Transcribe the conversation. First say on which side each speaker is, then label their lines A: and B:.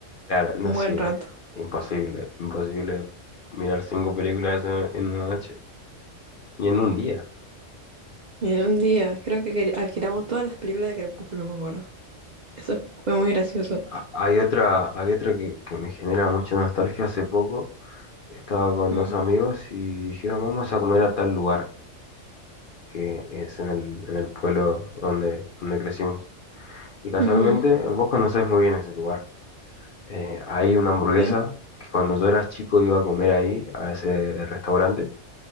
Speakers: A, on the left; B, on the right.
A: Claro, no,
B: un
A: sí,
B: buen rato.
A: imposible, imposible mirar cinco películas en en una noche, ni en un día.
B: Y en un día creo que quer- alquilamos todas las películas de Crepúsculo, me acuerdo. Eso fue muy gracioso.
A: a- Hay otra, hay otra que, que me genera mucha nostalgia. Hace poco estaba con
B: Mm,
A: dos amigos y dijeron, vamos a comer a tal lugar, que es en el, en el pueblo donde, donde crecimos. Y casualmente,
B: ujú,
A: vos conocés muy bien ese lugar. Eh, hay una hamburguesa
B: Sí,
A: que cuando yo era chico iba a comer ahí, a ese restaurante,